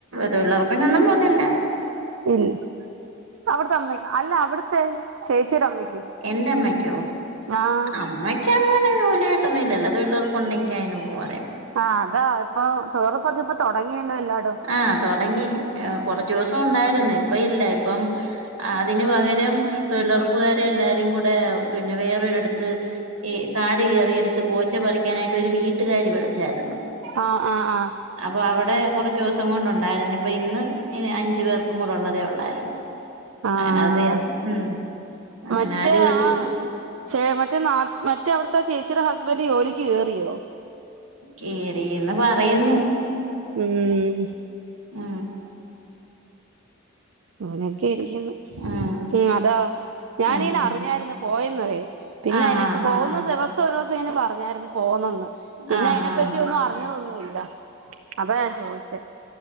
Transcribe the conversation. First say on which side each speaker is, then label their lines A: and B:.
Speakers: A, on the right; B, on the right.
A: തൊഴിലുറപ്പിനൊന്നും പോവുന്നില്ല
B: ഇല്ല അവിടുത്തെ അമ്മ അല്ല അവിടുത്തെ ചേച്ചിയുടെ അമ്മയ്ക്ക്
A: എന്റെമ്മക്കോ
B: ആഹ്
A: അമ്മക്ക അങ്ങനെ ജോലിയ ഇല്ലല്ലോ തൊഴിലുർപ്പുണ്ടെങ്കിൽ അയ്ന് പോക
B: ആഹ് അതാ ഇപ്പൊ തൊഴിലുറപ്പൊക്കെ ഇപ്പൊ തുടങ്ങിയല്ലോല്ലോ
A: ആഹ തുടങ്ങി കുറച്ച ദിവസം ഉണ്ടായിരുന്നു ഇപ്പ ഇല്ല. ഇപ്പം അതിന് പകരം തൊഴിലുറപ്പുകാരെ എല്ലാരും കൂടെ പിന്നെ വേറൊരിടത്ത് ഇ കാട് കയറിയടുത്ത് പോച്ച പറിക്കാനായിട്ട് ഒരു വീട്ടുകാർ വിളിച്ചു ചായിരുന്നു
B: ആഹ് ആഹ് ആഹ്
A: അപ്പൊ അവിടെ കൊറ സം കൊണ്ട ഉണ്ടായിരുന്നു ഇപ്പൊ ഇന്ന് ഇ അഞ്ചു പേർക്കും കൂടെള്ളതേ ഉള്ളായിരുന്നു
B: ആഹ്
A: അങ്ങനെ അതയിരുന്നു ഉം അങ്ങനെ
B: മറ്റേ
A: ജോലി
B: ആ ചെ മറ്റേ ന മറ്റേവിട ത്ത ചേച്ചിയുടെ ഹസ്ബൻഡ ജോലിക്ക് കയറിയോ
A: കേറിന്ന് പറയുന്നു
B: ഉം
A: ആ
B: നൊക്കെ ഇരിക്കുന്നു
A: ഉം
B: ഉമ് അതാ ഞാന
A: ഉം
B: ഇനെ അറിഞ്ഞായിരുന്നു പോയന്നതെ പിന്നെ
A: ആഹ്
B: അനിക്ക്
A: ആഹ് ആഹ്
B: പോകുന്ന ദിവസം ഒരു ദിവസം ഇനെ പറഞ്ഞായിരുന്നു പോന്നന്ന് പിന്നെ
A: ആഹ്
B: അതിനെ
A: ആഹ്
B: പറ്റി ഒന്നും അറിഞ്ഞതൊന്നുമല്ല. അതാ ഞാൻ ചോദിച്ചേ